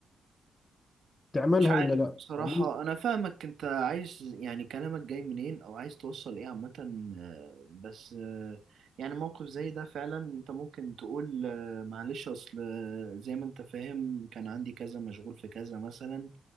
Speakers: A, on the left; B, on the right.
A: تعملها
B: مش عارف
A: ولا لا
B: بصراحة
A: يعني
B: أنا فاهمك أنت عايز يعني كلامك جاي منين أو عايز توصل إيه عامة آه، بس آه، يعني موقف زي ده فعلا أنت ممكن تقول آه، معلش أصل آه، زي ما أنت فاهم كان عندي كذا مشغول في كذا مثلا